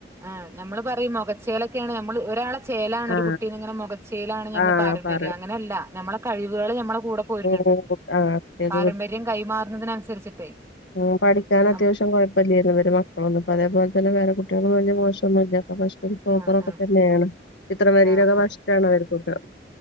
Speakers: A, on the right (about 15°); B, on the left (about 75°).
A: ആഹ് ഞമ്മള് പറയും മൊഖച്ചേലൊക്കെണ് ഞമ്മള് ഒരാളെ ചേലാണ്
B: ആ
A: ഒരു കുട്ടിനെങ്ങനെ മൊഖച്ചേലാണ് ഞമ്മളെ
B: ആ
A: പാരമ്പര്യം
B: പറയും
A: അങ്ങനെല്ല ഞമ്മളെ കഴിവാള് ഞമ്മളെ കൂടെ പോര്‌ണ്
B: ഉം
A: ണ്ട്
B: കു- ആ കുട്ടികൾക്ക്
A: പാരമ്പര്യം കൈമാറുന്നതിനനുസരിച്ചിട്ടേ
B: മോൻ പഠിക്കാനത്യാവശ്യം
A: നം
B: കൊഴ പ്പല്ലേര്ന്നു ഇവരെ മക്കളൊന്നും ഇപ്പോ അതേപോലെത്തെന്നെ പേര കുട്ട്യാളോന്നും വെല്യ മോശൊന്നുല്ലാത്ത പക്ഷെ സൂപ്പറൊക്കത്തെന്നെണ്
A: ആഹ് ആഹ്
B: ചിത്രം വരേലൊക്കെ
A: ആഹ് ആഹ്
B: ഫഷ്ടാണ് വര്ക്കൊക്കെ